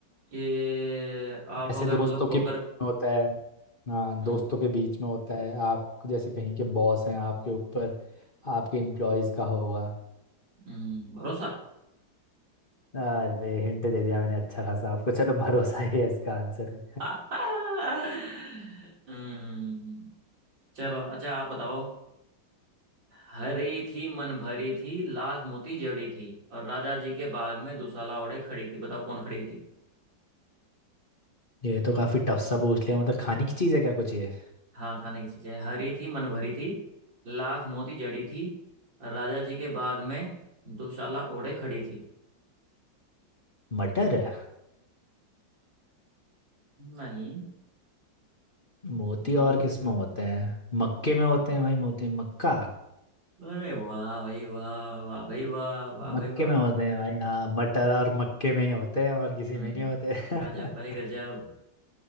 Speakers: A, on the right (about 75°); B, on the left (about 30°).
A: ये आप
B: जैसे
A: अगर
B: दोस्तों
A: मतलब खोकर
B: के बीच में होता है हाँ
A: हम्म
B: दोस्तों के बीच में होता है आप जैसे कहीं के बॉस हैं आपके ऊपर आपके एम्प्लॉयज का होगा
A: हम्म भरोसा
B: अरे हिंट दे दिया मैंने अच्छा खासा आपको चलो भरोसा ही है इसका आंसर
A: <laughs> हम्म चलो अच्छा आप बताओ हरी थी मन भरी थी लाख मोती जड़ी थी और राजा जी के बाग में दुशाला ओढ़े खड़ी थी बताओ कौन खड़ी थी
B: <laughs> ये तो काफी टफ सा पूछ लिया मतलब खाने की चीज है क्या कुछ ये
A: हाँ खाने की चीजें हरी थी मन भरी थी लाख मोती जड़ी थी और राजा जी के बाग में दुशाला ओढ़े खड़ी थी
B: मटर है
A: नहीं
B: मोती और
A: नो
B: किस में होते हैं मक्के में होते हैं भाई मोती मक्का
A: अरे वाह भाई वाह वाह भाई वाह वाह
B: मक्के
A: भाई वाह
B: में होते हैं भाई हाँ मटर और मक्के में ही होते हैं और किसी
A: हम्म
B: में नहीं होते
A: राजा भाई
B: <laughs>
A: गजब